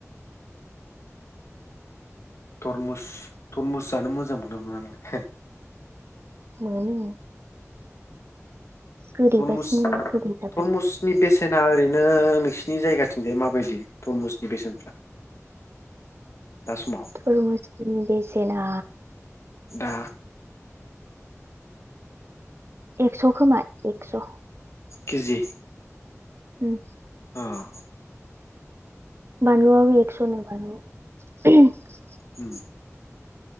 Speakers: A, on the left; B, on the right.
A: धरमुस थरमुस जानो मोजां मोनोना मोना नोंलाय?
B: मोनो गोदैबासो
A: तरमुस
B: मोनो गोदै जाबा।
A: तरमुसनि बेसेना ओरैनो नोंसिनि जायगाथिंजाय माबायदि धरमुसनि बेसेनफ्रा? दा समाव
B: थरमुसनि बेसेना
A: दा
B: एक्स खोमा एक्स'।
A: केेजि
B: उम
A: औ
B: बानलुआबो एक्स'नो बान <inaudible>
A: उम